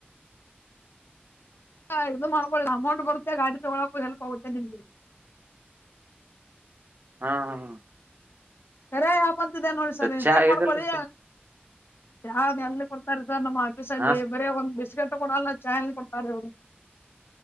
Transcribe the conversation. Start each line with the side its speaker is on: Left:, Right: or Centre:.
Left: ಹಾ ಇದು ಮಾಡ್ಕೊ ಅಮೌಂಟ್ ಬರುತ್ತೆ ಗಾಡಿ ತಗೋಲಕ ಹೆಲ್ಪ್ ಆಗುತ್ತೆ ನಿಮ್ಗೆ
Right: ಹಾ ಹಾ ಹ
Left: ತರೇ ಯಾಪಂತಿದ್ದ ನೋಡಿ ಸರ್ ಇನ್ಸ್ಟಾಲ್
Right: ಚಾ ಆಗೈತಲ್ರಿ
Left: ಮಾಡ್ಕೊಳಿ
Right: ಸರ್
Left: ಯಾವ್ದ್ ಎಲ್ಲಿ ಕೊಡ್ತಾರೆ ಸರ್ ನಮ್ಮ್ ಆಫೀಸ ಅಲ್ಲಿ
Right: ಹಾ ಸ್-
Left: ಬರೇ ಒಂದ್ ಬಿಸ್ಗೆಟ್ ಕೊಡಲ್ಲ ಚ ಕೊಡ್ತಾರ ಇವರು